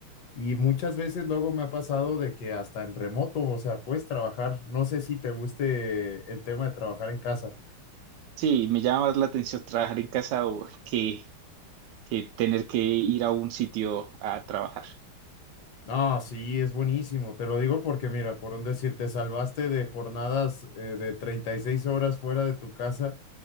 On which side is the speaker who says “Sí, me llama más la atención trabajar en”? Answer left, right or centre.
Right